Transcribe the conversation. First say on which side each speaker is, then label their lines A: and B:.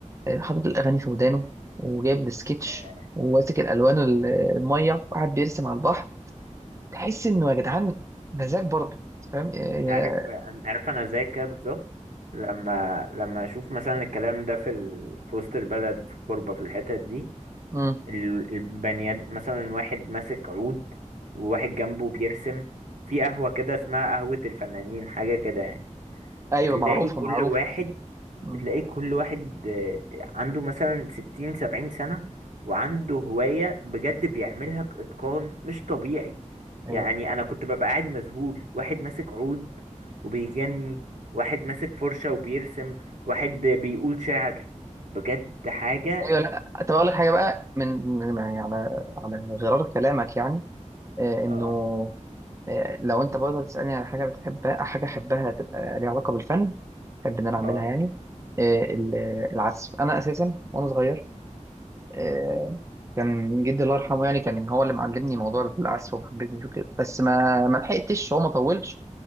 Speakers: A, on the right (about 25°); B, on the right (about 75°).
A: آه، حاطط الاغاني في ودانه وجايب السكتش
B: آه،
A: وماسك الالوان ال- الميه وقاعد بيرسم على البحر تحس انه يا جدعان مزاج برضه فاهم إيه،
B: انت عارف
A: يا-
B: انت عارف انا زي كده بالظبط لما لما اشوف مثلا الكلام ده في ال... في وسط البلد في الكوربة في الحتت دي
A: مم.
B: ال- البنياد مثلا واحد ماسك عود وواحد جنبه بيرسم في قهوة كده اسمها قهوة الفنانين حاجة كده يعني
A: ايوه
B: بتلاقي
A: معروفه
B: كل
A: معروفه
B: واحد
A: مم.
B: بتلاقيه كل واحد آه، عنده مثلا ستين سبعين سنة وعنده هواية بجد بيعملها بإتقان مش طبيعي
A: ايوه
B: يعني أنا كنت ببقى قاعد مذهول واحد ماسك عود وبيغني واحد ماسك فرشة وبيرسم واحد بيقول شعر بجد حاجة
A: ايوه لا طب اقول لك حاجه بقى من من- يعني على على غرار كلامك يعني آه، انه
B: اه
A: آه، لو انت برضه تسألني على حاجة بتحبها حاجة احبها تبقى ليها علاقة بالفن احب ان انا اعملها
B: اه
A: يعني آه، ال- العزف انا اساسا وانا صغير آه، كان جدي الله يرحمه يعني كان هو اللي معلمني موضوع العزف وحببني فيه كده بس ما ما لحقتش هو ما طولش